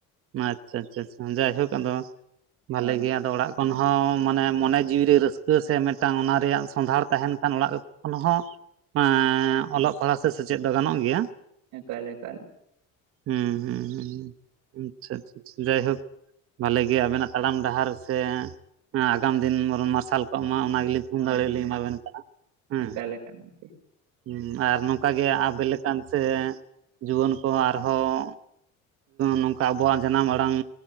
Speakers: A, on the right; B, on the right.
A: ᱟᱪᱪᱷᱟ ᱟᱪᱪᱷᱟ ᱟᱪᱪᱷᱟ, ᱡᱟᱭᱦᱩᱠ ᱟᱫᱚ ᱵᱷᱟᱞᱮ
B: ᱦᱳᱭ
A: ᱜᱮ ᱟᱫᱚ ᱚᱲᱟᱜ ᱠᱷᱚᱱ ᱦᱚᱸ ᱢᱟᱱᱮ ᱢᱚᱱᱮ ᱡᱤᱣᱤ ᱨᱮ ᱨᱟᱹᱥᱠᱟᱹ ᱥᱮ ᱢᱤᱫᱴᱟᱝ ᱚᱱᱟ ᱨᱮᱭᱟᱜ ᱥᱚᱸᱫᱷᱟᱲ ᱛᱟᱦᱮᱸᱱ ᱠᱷᱟᱱ ᱚᱲᱟᱜ ᱟᱹᱵ ᱠᱷᱚᱱ ᱦᱚᱸ ᱮᱸ
B: ᱦᱳᱭ ᱦᱳᱭ
A: ᱚᱞᱚᱜ ᱯᱟᱲᱦᱟᱜ ᱥᱮ ᱥᱮᱪᱮᱫ ᱫᱚ ᱜᱟᱱᱚᱜ ᱜᱮᱭᱟ᱾
B: ᱮᱠᱟᱞ ᱮᱠᱟᱞ,
A: ᱦᱩᱸ ᱦᱩᱸ ᱦᱩᱸ ᱟᱪᱪᱷᱟ ᱟᱪᱪᱷᱟ ᱡᱟᱭᱦᱳᱠ, ᱵᱷᱟᱞᱮ ᱜᱮ ᱟᱵᱮᱱᱟᱜ ᱛᱟᱲᱟᱢ ᱰᱟᱦᱟᱨ ᱥᱮ ᱟᱜᱟᱢ ᱫᱤᱱ ᱵᱚᱱ ᱢᱟᱨᱥᱟᱞ ᱠᱚᱜ ᱢᱟ ᱚᱱᱟ ᱜᱮᱞᱤᱧ, ᱛᱷᱩᱢ
B: ᱦᱳᱭ
A: ᱫᱟᱲᱮ
B: ᱦᱳᱭ
A: ᱞᱤᱧ ᱮᱢᱟᱵᱮᱱ ᱠᱟᱱᱟ ᱦᱮᱸ᱾
B: ᱮᱠᱟᱞ ᱮᱠᱟᱞ ᱜᱚᱝᱠᱮ
A: ᱦᱩᱸ ᱟᱨ ᱱᱚᱝᱠᱟ ᱜᱮ ᱟᱵᱮ ᱞᱮᱠᱟᱱ ᱥᱮ ᱡᱩᱣᱟᱹᱱ ᱠᱚ ᱟᱨᱦᱚᱸ ᱱᱚᱝᱠᱟ ᱟᱵᱚᱣᱟᱜ ᱡᱟᱱᱟᱢ ᱟᱲᱟᱝ